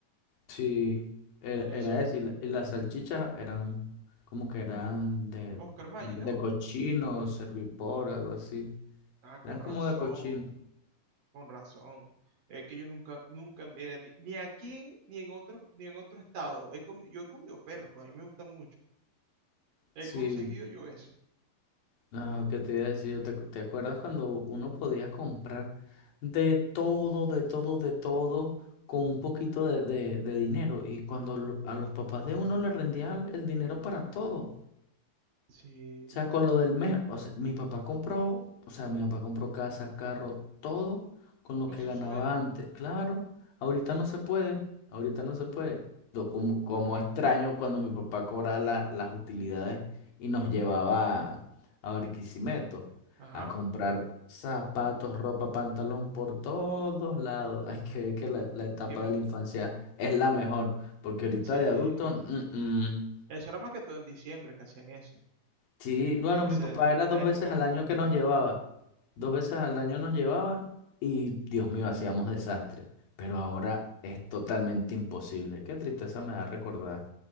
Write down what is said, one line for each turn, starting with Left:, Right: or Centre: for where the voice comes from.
Left: sí, era,
Right: Eso.
Left: era eso. Y, la- y las salchichas eran como que eran de,
Right: Oscar Maggi,
Left: de,
Right: no.
Left: de cochino, servipor, algo así.
Right: Ah, con
Left: Eran
Right: razón,
Left: como de cochino.
Right: con razón. Es que yo nunca, nunca, mira, ni, ni aquí ni en otro, ni en otro estado. He comi- yo he comido perro, pues a mí me gusta mucho. He
Left: Sí,
Right: conseguido yo eso.
Left: No, ¿qué te iba a decir? Yo, ¿Te, te acuerdas cuando uno podía comprar de todo, de todo, de todo con un poquito de, de- de dinero? Y cuando lo- a los papás de uno le rendía el dinero para todo.
Right: Sí.
Left: O sea, con lo del mes, o sea, mi papá compró, o sea, mi papá compró casa, carro, todo con lo
Right: Con
Left: que
Right: su
Left: ganaba
Right: sueldo.
Left: antes. Claro, ahorita no se puede, ahorita no se puede. Yo como, como extraño cuando mi papá cobraba la- las utilidades y nos llevaba a, Barquisimeto
Right: Ajá.
Left: a comprar zapatos, ropa, pantalón por todos lados. Hay que ver que la, la etapa
Right: Que mo-
Left: de la infancia es la mejor, porque ahorita
Right: sí.
Left: de adulto, mm, mm.
Right: Eso era más que todo en diciembre que hacían eso.
Left: Sí, bueno,
Right: Esa
Left: mi papá
Right: es
Left: era
Right: una
Left: dos
Right: época
Left: veces
Right: muy
Left: al año
Right: bonita.
Left: que nos llevaba. Dos veces al año nos llevaba y, Dios mío, hacíamos desastre. Pero ahora es totalmente imposible. Qué tristeza me da recordar